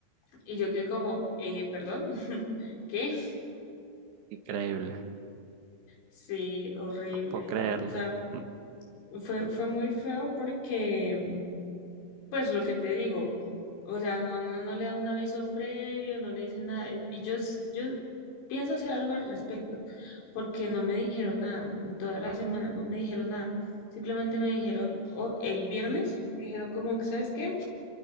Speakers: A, on the left (about 75°); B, on the right (about 70°).
A: Y yo quedé como, eh, perdón, <laughs> ¿qué?
B: Increíble,
A: Sí, horrible.
B: no puedo creerlo.
A: O sea,
B: mm,
A: Fue, fue muy feo porque, pues lo que te digo, o sea, a uno no le da un aviso previo, no le dicen nada, y yo, s- yo pienso hacer algo al respecto, porque no me dijeron nada, en toda la semana no me dijeron nada, simplemente me dijeron, o el viernes, me dijeron como que, ¿sabes qué?